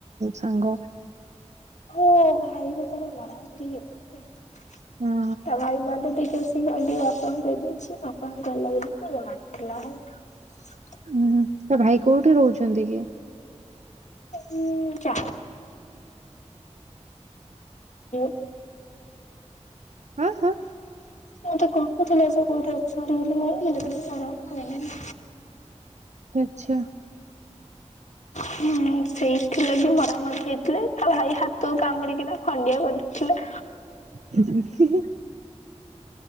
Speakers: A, on the right; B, on the left.
A: ସାଙ୍ଗ
B: ହଁ ଭାଇ ବା ତାର ନାହାନ୍ତି, ତା
A: ହଁ
B: ଭାଇ ବଡେ <unintelligible> ଇ ସେ ଖଣ୍ଡି ବାପାଙ୍କୁ କହିଦେଇଛି, ବାପାଙ୍କୁ ଭଲ ଲାଗିଲାନି ସେ ମାରିଥିଲା ଆଉ
A: ହୁଁ ତା ଭାଇ କୋଉଠି ରହୁଛନ୍ତି କି?
B: ଉଁ <inaudible>
A: ହଁ ହଁ
B: ମତେ କହୁଥିଲା ସେ କୋଉଠି ଅଛନ୍ତି ବୋଲି, ମୋର <unintelligible> ଆଉ ମନେ ନାହିଁ।
A: ଆଛା।
B: ହୁଁ ସେଇଥିଲାଗି ମରାମରି ହେଇଥିଲେ, ତା ଭାଇ ହାତ କାମୁଡିକିନା ଖଣ୍ଡ ଣ୍ଡିଆ କରିଦେଇଥିଲା।
A: <unintelligible>